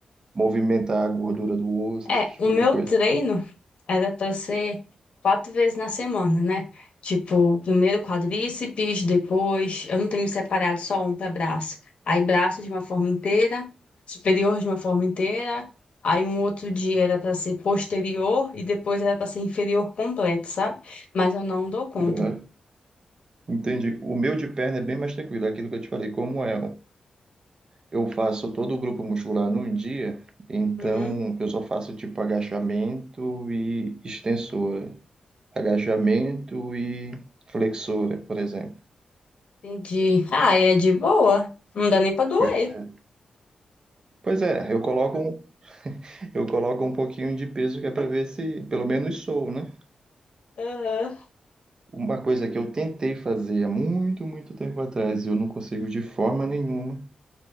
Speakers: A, on the right (about 35°); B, on the left (about 65°).
A: movimentar a gordura do osso,
B: É,
A: esse tipo
B: o meu
A: de coisa.
B: treino era para ser quatro vezes na semana, né? Tipo, primeiro quadríceps, depois eu não tenho separado só um para braço. Aí braço de uma forma inteira, superior de uma forma inteira. Aí um outro dia era para ser posterior e depois era para ser inferior completo, sabe? Mas eu não dou conta.
A: Aham. Entendi. O meu de perna é bem mais tranquilo, é aquilo que eu te falei, como é, eu faço todo o grupo muscular num dia, então
B: Uhum,
A: eu só faço tipo agachamento e extensora, agachamento e flexora, por exemplo.
B: entendi. Ah, é de boa. Não dá nem para doer.
A: Pois é. Pois é, eu coloco um, eu coloco um pouquinho de peso que é para ver se pelo menos sou, né?
B: Aham.
A: Uma coisa que eu tentei fazer há muito, muito tempo atrás e eu não consigo de forma nenhuma